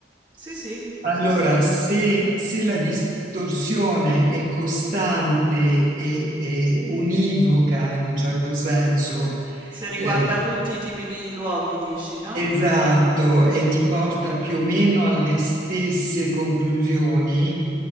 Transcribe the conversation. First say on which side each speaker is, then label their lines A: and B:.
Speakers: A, on the right (about 25°); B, on the right (about 45°).
A: sì, sì,
B: Allora,
A: sì, sì.
B: se, se la distorsione è costante e, e univoca in un certo senso,
A: Se riguarda
B: eh,
A: tutti i tipi di luoghi, dici, no?
B: Esatto, e ti porta più o meno alle stesse conclusioni.